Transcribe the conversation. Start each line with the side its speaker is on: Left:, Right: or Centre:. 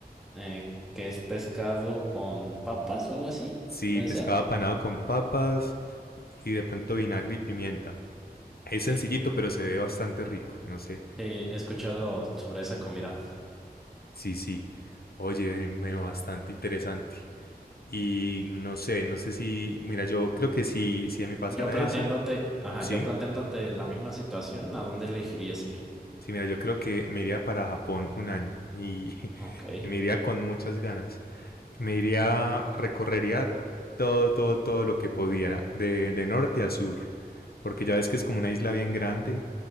Centre: Eh, que es pescado con papas o algo así,
Left: Sí,
Centre: ¿puede
Left: pescado
Centre: ser?
Left: apanado con papas y de pronto vinagre y pimienta. Es
Centre: Ok,
Left: sencillito,
Centre: sí,
Left: pero se ve bastante rico. No sé.
Centre: he escuchado sobre esa comida.
Left: Sí, sí. Oye, bueno, bastante interesante. Y no sé, no sé si, mira, yo creo que si, si a mí pasara
Centre: Yo planteándote,
Left: eso,
Centre: ajá,
Left: sí.
Centre: yo planteándote la misma situación, ¿a dónde elegirías ir?
Left: Sí, mira, yo creo que me iría para Japón un año y,
Centre: Ok,
Left: <laughs> y me iría con muchas ganas. Me iría, recorrería todo, todo, todo lo que pudiera, de, de norte a sur, porque ya ves que es como una isla bien grande